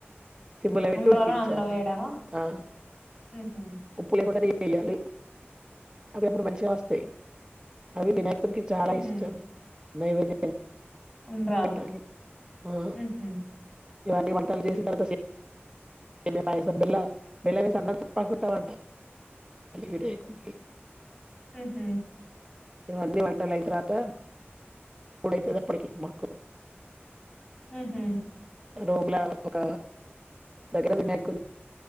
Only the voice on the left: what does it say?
ఉండ్రాళ్ళను అందులో వేయడమా
ఉహూ
ఉహూ
ఉండ్రాళ్ళు
ఉహూ
ఆహ
ఆహ